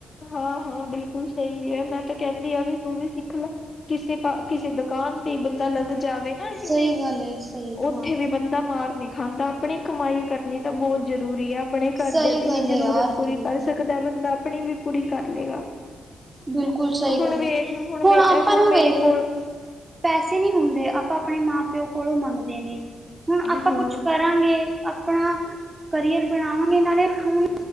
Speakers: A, on the left; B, on the right.
A: ਹਾਂ-ਹਾਂ ਬਿਲਕੁਲ ਸਹੀ ਐ ਮੈਂ ਤਾਂ ਕਹਿੰਦੀ ਆ ਵੀ ਤੂੰ ਵੀ ਸਿੱਖ ਲਾ। ਕਿਸੇ ਪਾ, ਕਿਸੇ ਦੁਕਾਨ ਤੇ ਈ ਬੰਦਾ ਲੱਗ ਜਾਵੇ ਨਾਂ ਜਿਵੇਂ,
B: ਸਹੀ ਗੱਲ ਹੈ ਸਹੀ
A: ਉੱਥੇ
B: ਹਾਂ
A: ਵੀ ਬੰਦਾ ਮਾਰ ਨੀਂ ਖਾਂਦਾ। ਆਪਣੀ ਕਮਾਈ ਕਰਨੀ ਤਾਂ ਬਹੁਤ ਜ਼ਰੂਰੀ ਆਂ, ਆਪਣੇ ਘਰਦਿਆਂ
B: ਸਹੀ
A: ਦੀ
B: ਗੱਲ
A: ਵੀ ਜ਼ਰੂਰਤ
B: ਹੈ ਯਾਰ
A: ਪੂਰੀ
B: ਤੇਰੀ
A: ਕਰ ਸ ਸਕਦਾ ਬੰਦਾ, ਆਪਣੀ ਵੀ ਪੂਰੀ ਕਰ ਲਏਗਾ।
B: ਬਿਲਕੁਲ ਸਹੀ
A: ਹੁਣ
B: ਗੱਲ
A: ਵੇਖ
B: ਐ, ਹੁਣ
A: ਮੇ
B: ਆਪਾਂ ਨੂੰ
A: ਮੇਰੇ
B: ਵੇਖ
A: ਕੋਲ
B: ਪੈਸੇ ਨਹੀਂ ਹੁੰਦੇ, ਆਪਾਂ-ਆਪਣੇ ਮਾਂ-ਪਿਓ ਕੋਲੋਂ ਮੰਗਦੇ ਨੇਂ ਹੁਣ ਆਪਾਂ
A: ਹਾਂ-ਹਾਂ
B: ਕੁਛ ਕਰਾਂਗੇ, ਆਪਣਾ ਕਰੀਅਰ ਬਣਾਵਾਂਗੇ ਨਾਲੇ, ਹੁਣ